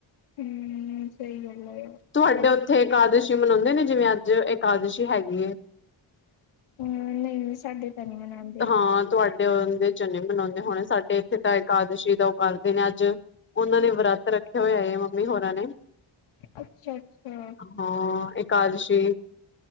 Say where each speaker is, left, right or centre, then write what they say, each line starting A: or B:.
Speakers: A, on the left (about 85°); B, on the left (about 25°).
A: ਹੂ ਸਹੀ ਗਲੲ ਏ
B: ਤੁਹਾਡੇ ਉੱਥੇ ਇਕਾਦਸ਼ੀ ਮਨਾਉਂਦੇ ਨੇ ਜਿਵੇਂ ਅੱਜ ਏਕਾਦਸ਼ੀ ਹੈਗੀ ਏ
A: ਹਾਂ ਨਹੀਂ ਸਾਡੇ ਤਾਂ ਨਹੀਂ ਮਨਾਉਂਦੇ।
B: ਹਾਂ ਤੁਹਾਡੇ ਦੇ ਜਨੇ <unintelligible> ਮਨਾਉਂਦੇ ਹੋਣੇ ਸਾਡੇ ਪਿਤਾ ਇਕਏਾਦਸ਼ੀ ਦਾ ਉਹ ਕਰਦੇ ਨੇ ਅੱਜ ਉਹਨਾਂ ਨੇ ਵਰਤ ਰੱਖਿਆ ਹੋਇਆ ਹੈ ਮੰਮੀ ਹੋਰਾਂ ਨੇ।
A: ਅੱਛਾ-ਅੱਛਾ।
B: ਹਾਂ ਇਕਾਦਸ਼ੀ